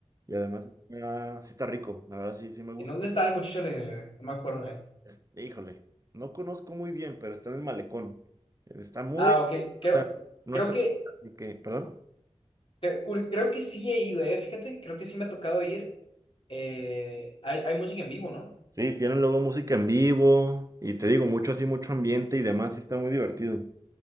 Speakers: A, on the right; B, on the left.
A: y además está- sí está rico, la verdad sí, sí me gusta.
B: ¿En dónde está el muchacho alegre? güey? No me acuerdo de él.
A: Es- híjole, no conozco muy bien, pero está en el malecón, está muy,
B: Ah, ok. Creo,
A: no
B: creo
A: está,
B: que,
A: de que, perdón.
B: cre- curi- creo que sí he ido, eh. Fíjate, creo que sí me ha tocado ir. Eh, hay, hay música en vivo, ¿no?
A: Sí, tienen luego música en vivo y te digo, mucho así, mucho ambiente y demás, sí está muy divertido.